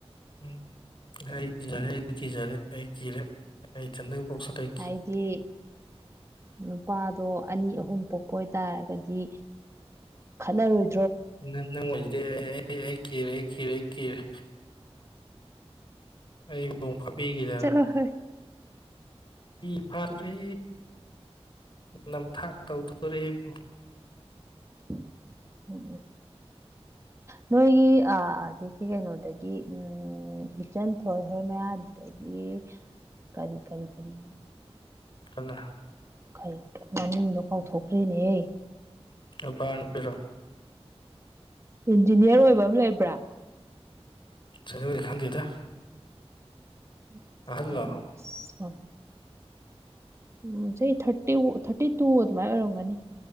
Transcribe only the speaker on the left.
ꯎꯝ ꯑꯩ ꯀꯤꯖꯔꯦ ꯑꯩ ꯀꯤꯖꯔꯦ ꯑꯩ ꯀꯤꯔꯦ ꯑꯩ ꯊꯟꯗꯒ ꯄꯣꯛꯁꯤꯜꯂꯤ
ꯅꯪ ꯅꯪ ꯋꯥꯔꯤꯖꯤꯗꯤ ꯑꯩ ꯀꯤꯔꯦ ꯑꯩ ꯀꯤꯔꯦ ꯑꯩ ꯀꯤꯔꯦ ꯑꯩꯕꯨꯨꯡ ꯐꯥꯕꯤꯈꯤꯗ
ꯐ ꯐꯥꯔꯨꯔꯦ ꯅꯝꯊꯥꯛ ꯇꯧꯗꯣꯔꯦꯑꯩꯕꯨ
ꯜꯂ
ꯅꯨꯄꯥꯔꯥ ꯅꯨꯄꯤꯔꯣ
ꯁꯦꯟꯗꯣꯏꯗꯤ ꯈꯟꯗꯦꯗ
ꯑꯍꯜꯂꯣ